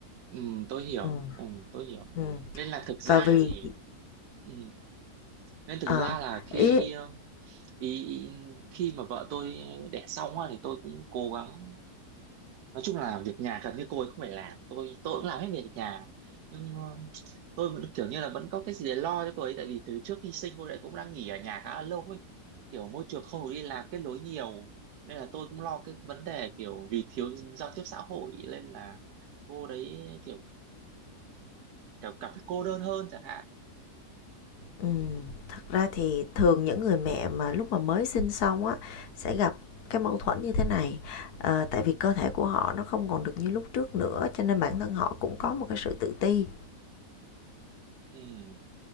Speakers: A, on the right; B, on the left.
A: ừ, tôi hiểu
B: ừ,
A: ừ, tôi hiểu
B: ừ.
A: nên là thực ra
B: và vì
A: thì ừ, nên thực
B: ờ,
A: ra là khi
B: ý,
A: um, ý, ý khi mà vợ tôi đẻ xong á thì tôi cũng cố gắng nói chung là việc nhà gần như cô ấy không phải làm tôi tôi cũng làm hết việc nhà nhưng ờ, tôi vẫn kiểu như là vẫn có cái gì để lo cho cô ấy tại vì từ trước khi sinh cô ấy cũng đang nghỉ ở nhà khá là lâu ấy kiểu môi trường không được đi làm kết nối nhiều nên là tôi cũng lo cái vấn đề kiểu vì thiếu giao tiếp xã hội nên là cô đấy kiểu kiểu cảm thấy cô đơn hơn chẳng hạn
B: Ừm, thật ra thì thường những người mẹ mà lúc mà mới sinh xong á sẽ gặp cái mâu thuẫn như thế này. Ờ, tại vì cơ thể của họ nó không còn được như lúc trước nữa, cho nên bản thân họ cũng có một cái sự tự ti.
A: ừ